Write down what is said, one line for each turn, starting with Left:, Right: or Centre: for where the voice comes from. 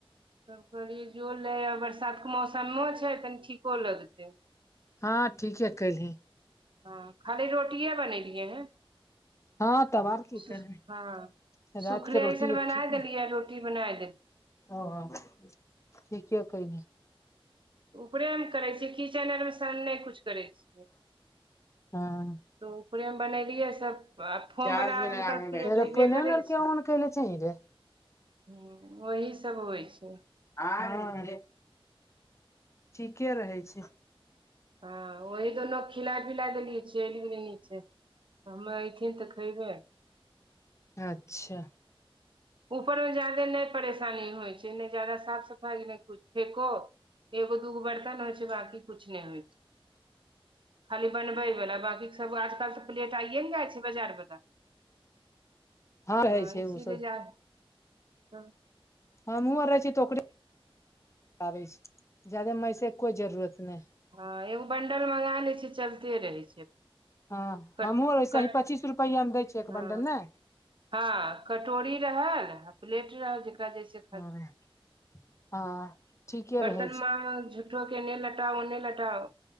Right: तब कहलियै जो ले आ, बरसातके मौसमों छै कनी ठीको लगतै।
Left: हँ ठीके केल्हि।
Right: हँ खाली रोटियए बनेलिए हें।
Left: हँ तब आर की
Right: सु
Left: करबही
Right: हँ
Left: राति
Right: सुखले
Left: के रोटी
Right: अऐसन
Left: एक
Right: बना
Left: ठीक
Right: देलियै, रोटी बनाय देली।
Left: ओ, हो ठीके कहिनी।
Right: ऊपरे मे करै छियै, किचेन आरमे सन नहि किछु करै छियै।
Left: हँ
Right: तऽउपरे मे बनेलियै सभ आ फोम
Left: चार्ज
Right: बला
Left: में
Right: आज
Left: लगा
Right: कल
Left: के
Right: प्लेट
Left: एरोप्लेन
Right: अयबे करै
Left: आर
Right: छै।
Left: के ऑन कइले चइल रजै
Right: ह वही सब होइ छै।
Left: हँ ठीके रहै छै।
Right: हँ ओही दुनू खिला पिला देली चइल गले निचे हमे एऐथिन तऽ खेबे,
Left: अच्छा
Right: ऊपरमे ज्यदे नहि परेशानी होइ छै, नहि जाादा साफ सफाइ नइ कुछ फेको। एगो दूगो बर्तन हो, बाकी कुछ नय होइ छय, खाली बनबै बाला बाकि सब आजकल प्लेट आइए ने जाए छै, बजार बला।
Left: रहै
Right: हँ
Left: छै
Right: इसीलिए
Left: ओ सब
Right: जा तब
Left: हमहुँ आर रहै छी तऽ ओकरेै जादे मषे के कोइ जरूरत नहि
Right: हँ एगो बंडल मगा लै छिय, चलते रहै छै।
Left: हँ
Right: कट
Left: हमहूँ वैसे
Right: कट
Left: ही पचीस रुपैआमे दै छियै, एक
Right: हँ
Left: बंडल ने।
Right: हँ कटोरी रहल प्लेट रहल जेकरा जेस <inaudible>
Left: हँ हँ ठीके
Right: बर्तन
Left: रहै
Right: मांग
Left: छै
Right: जु झुठो के एन्ने लेटाउ, ओन्ने लटाउ,